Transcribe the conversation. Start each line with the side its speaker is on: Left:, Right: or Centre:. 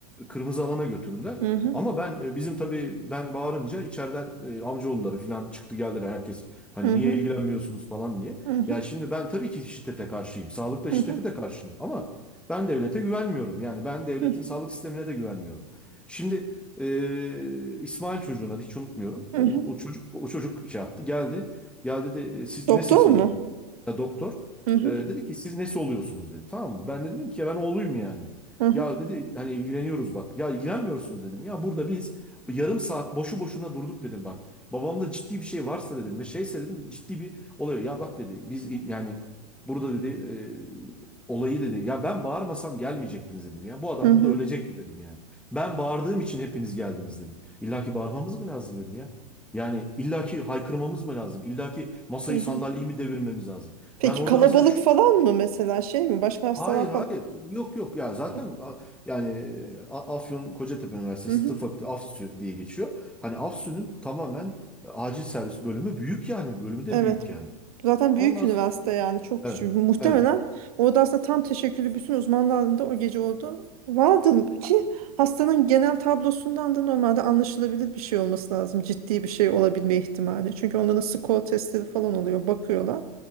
Centre: kırmızı alana götürdüler.
Right: Hı hı.
Centre: Ama ben e, bizim tabii ben bağırınca içeriden e, amcaoğulları falan çıktı geldiler herkes. Hani
Right: Hı
Centre: niye
Right: hı.
Centre: ilgilenmiyorsunuz falan diye.
Right: Hı hı.
Centre: Ya şimdi ben tabii ki şiddete karşıyım. Sağlıkta
Right: Hı
Centre: şiddete
Right: hı.
Centre: de karşıyım ama ben devlete güvenmiyorum. Yani ben devletin
Right: Hı hı.
Centre: sağlık sistemine de güvenmiyorum. Şimdi ee, İsmail çocuğun adı hiç unutmuyorum.
Right: Hı
Centre: O,
Right: hı.
Centre: o çocuk o çocuk şey yaptı geldi. Ya dedi "E, siz
Right: Doktor
Centre: nesin sonunda?
Right: mu?
Centre: Ya doktor.
Right: Hı hı.
Centre: Ee, dedi ki siz nesi oluyorsunuz dedi. Tamam mı? Ben de dedim ki ya ben oğluyum yani.
Right: Hı hı.
Centre: Ya dedi hani ilgileniyoruz bak. Ya ilgilenmiyorsunuz dedim. Ya burada biz yarım saat boşu boşuna durduk dedim bak. Babamda ciddi bir şey varsa dedim ve şeyse dedim ciddi bir oluyor. Ya bak dedi biz il- yani burada dedi e, olayı dedi. Ya ben bağırmasam gelmeyecektiniz dedim ya. Bu adam
Right: Hı
Centre: burada
Right: hı.
Centre: ölecekti dedim yani. Ben bağırdığım için hepiniz geldiniz dedim. İlla ki bağırmamız mı lazım dedim ya. Yani illa ki haykırmamız mı lazım? İlla ki masayı
Right: Hı hı.
Centre: sandalyeyi mi devirmemiz lazım?
Right: Peki
Centre: Ben orada
Right: kalabalık
Centre: mesela şu-
Right: falan mı mesela şey mi? Başka hastalar
Centre: hayır hayır
Right: falan?
Centre: yok yok ya zaten
Right: Yok.
Centre: a- yani e, A- Afyon Kocatepe Üniversitesi
Right: Hı hı.
Centre: Tıp Fakültesi AFSÜ diye geçiyor. Hani AFSÜ'nün tamamen e, acil servis bölümü büyük yani bölümü de
Right: Evet.
Centre: büyük yani.
Right: Zaten
Centre: Ondan
Right: büyük üniversite
Centre: sonra
Right: yani çok
Centre: evet
Right: küçük. Muhtemelen
Centre: evet.
Right: orada aslında tam teşekküllü bütün uzman dalında o gece oldu. Vardı ki hastanın genel tablosundan da normalde anlaşılabilir bir şey olması lazım. Ciddi bir şey olabilme ihtimali. Çünkü onların skor testleri falan oluyor. Bakıyorlar.